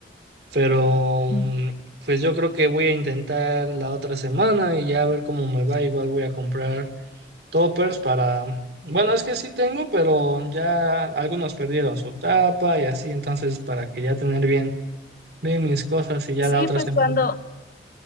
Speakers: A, on the right; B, on the left.
A: pero
B: Ujú.
A: mm, pues yo creo que voy a intentar la otra semana y ya a ver cómo me va. Igual voy a comprar toppers para, bueno, es que sí tengo, pero ya algunos perdieron su tapa y así, entonces para que ya tener bien, bien mis cosas y ya
B: Sí,
A: la otra
B: pues
A: semana.
B: cuando,